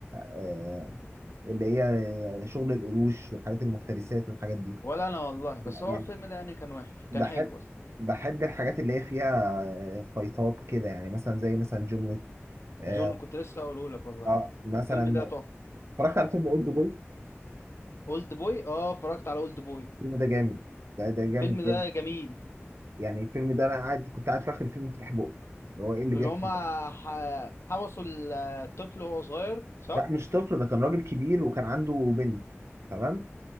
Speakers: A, on the right; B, on the left.
A: آه، اللي هي شغل القروش والحاجات المفترسات والحاجات دي
B: ولا أنا والله بس هو
A: يعني
B: الفيلم ده يعني كان وحش
A: بحب
B: كان حلو أصلا
A: بحب الحاجات اللي هي فيها آه، فايتات كده يعني مثلا زي مثلا جون ويك اه
B: جون كنت لسه أقوله لك والله
A: آه، مثلا
B: الفيلم ده تحفة
A: اتفرجت على فيلم اولد بوي
B: اولد بوي اه اتفرجت على اولد بوي
A: الفيلم ده جامد ده ده جامد
B: الفيلم ده
A: جامد
B: جميل
A: يعني الفيلم ده انا قاعد كنت قاعد في اخر الفيلم فاتح بقى اللي هو ايه اللي
B: اللي
A: بيحصل
B: هما
A: ده
B: ح- حبسوا الطفل وهو صغير صح؟
A: لا مش طفل ده كان راجل كبير وكان عنده بنت تمام